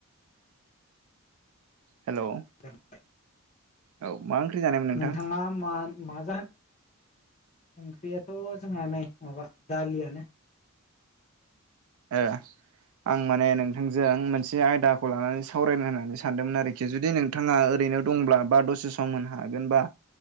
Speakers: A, on the right; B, on the left.
A: हेलौ
B: जाखांबाय।
A: औ मा ओंख्रि जानायमोन नोंथां
B: नोंथाङा मा मा जाहोन ओंख्रियाथ' जोंहा नै माबा दालियानो।
A: ओ। आं माने नोंथांजों मोनसे आयदाखौ लानानै सावरायनो होननानै सानदोंमोन आरोखि जुदि नोंथाङा ओरैनो नो दं बा दसे सम होनो हागोन बा।